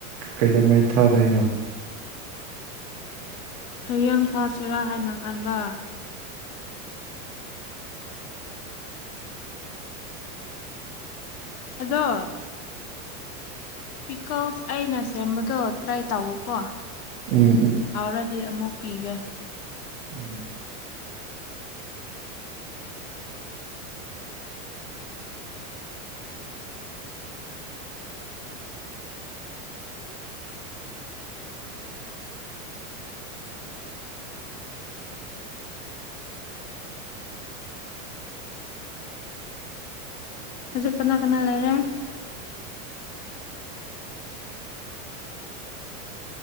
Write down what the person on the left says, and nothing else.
ꯍꯌꯦꯡ ꯊꯥꯥꯁꯦꯔꯥ ꯍꯥꯏꯅ ꯈꯟꯕ ꯑꯗꯣ ꯄꯤꯀꯣꯁ ꯑꯩꯅ ꯁꯦꯝꯕꯗꯣ ꯇ꯭ꯔꯥꯏ ꯇꯥꯑꯣꯀꯣ ꯌꯥꯥꯎꯔꯗꯤ
ꯑꯃꯨꯛ ꯄꯤꯒꯦ
ꯍꯧꯖꯤꯛ ꯀꯅꯥ ꯀꯅꯥ ꯂꯩꯔꯦ